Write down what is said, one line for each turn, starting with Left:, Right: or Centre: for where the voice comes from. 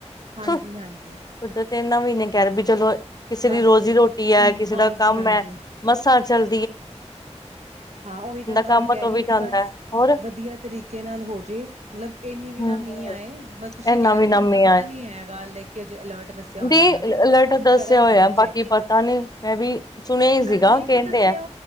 Right: ਹਾਂਜੀ-ਹਾਂਜੀ
Left: ਹਾਂ, ਓਦਾ ਤੇ। ਐਨਾ ਵੀ ਨਹੀਂ ਕਹਿਰ ਵੀ ਚਲੋ। ਕਿਸੇ
Right: ਬਸ
Left: ਦੀ ਰੋਜ਼ੀ ਰੋਟੀ ਐ। ਕਿਸੇ
Right: ਹਾਂਜੀ-ਹਾਂਜੀ
Left: ਦਾ ਕੰਮ ਐ, ਮੱਸਾਂ ਚੱਲ
Right: ਹਾਂ ਉਹੀ ਤਾਂ ਮੈਂ ਤੁਹਾਨੂੰ
Left: ਕੰਮ
Right: ਕਹਿ
Left: ਤੋਂ
Right: ਰਹੀ
Left: ਵੀ
Right: ਹਾਂ ਕਿ
Left: ਜਾਂਦਾ
Right: ਬਸ
Left: ਹੈ ਹੋਰ
Right: ਵਧੀਆ ਤਰੀਕੇ ਨਾਲ ਹੋਜੇ ਮਤਲਬ ਇਨੀ ਵੀ
Left: ਹੂੰ,
Right: ਨਾ ਮੀਂਹ ਆਏ ਮ ਤੁਸੀਂ
Left: ਇਹ ਨਵੀਂ-ਨਵੀਂ
Right: ਕਹਿ ਰਹੇ ਹੋ ਮੈਨੂੰ ਤਾਂ ਪਤਾ
Left: ਆਏ
Right: ਨੀ ਹੈਗਾ ਗੱਲ ਹੈ। ਕਿ ਅਜੇ ਅਲਰਟ ਦੱਸਿਆ ਹੋਇਆ
Left: ਦੀ
Right: ਉਹਨਾਂ ਨੇ।
Left: ਅਲਰਟ ਦੱਸਿਆ
Right: ਕਰਾਂਗੀ
Left: ਹੋਇਆ
Right: ਮੈਂ ਚੈੱਕ
Left: ਬਾਕੀ ਪਤਾ ਨੀ ਮੈਂ ਵੀ ਸੁਣਿਆ ਹੀ ਸੀਗਾ
Right: ਗਰਮੀ
Left: ਕਹਿੰਦੇ
Right: ਤੋਂ ਦੱਸਿਆ
Left: ਆ